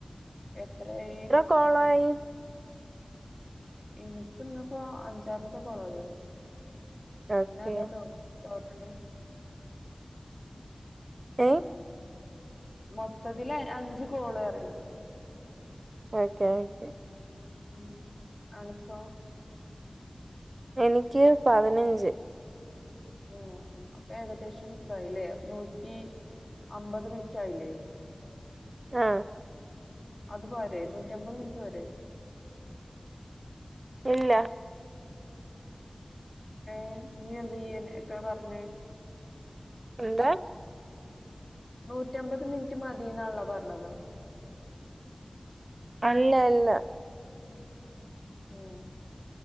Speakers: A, on the left; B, on the right.
A: എത്രയായി
B: കൊളായി
A: ഇൻക്ക് ഇന്നിപ്പോഅഞ്ചാമത്തെ കോളാത്
B: ഓക്കെ
A: <unintelligible> ടോട്ടല്
B: ഏഹ്
A: മൊത്തത്തിൽ അഞ്ച് കോള് അറിം
B: ഓക്കെ ഓക്കെ
A: ഉം അനക്കോ
B: എനിക്ക് പതിനഞ്ച്
A: ആഹ് അപ്പൊ ഏകദേശം ഇതായില്ലേ നൂറ്റി അമ്പത് മിനിറ്റ് ആയില്ലേ
B: ആഹ്
A: അത് പോരെ നൂറ്റി അമ്പത് മിനിറ്റ് പോരെ
B: ഇല്ല
A: ഏഹ് നീ എന്താ ചെയ്യന ക്കെ പറഞ്ഞേ
B: എന്താ
A: നൂറ്റിഅമ്പത് മിനിറ്റ് മതിന്നാണല്ലോ പറഞ്ഞത്
B: അല്ല അല്ല
A: ഏഹ്